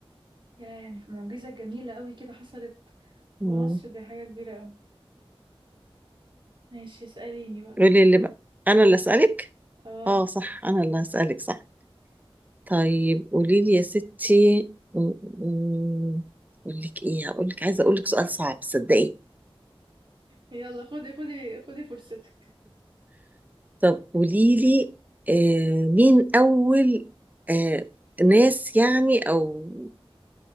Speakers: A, on the right (about 55°); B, on the right (about 15°).
A: يا يعني في معجزة جميلة قوي كده حصلت
B: مم.
A: في مصر دي حاجة كبيرة قوي ماشي اسأليني بقى
B: قولي اللي بقى انا اللي اسالك
A: اه
B: اه صح انا اللي اسالك صح طيب قولي لي يا ستي مم، مم، اقول لك ايه هقول لك عايزه اقول لك سؤال صعب صدقي
A: يلا خدي خدي خدي فرصتك
B: طب قوليلي آه مين أول آه ناس يعني أو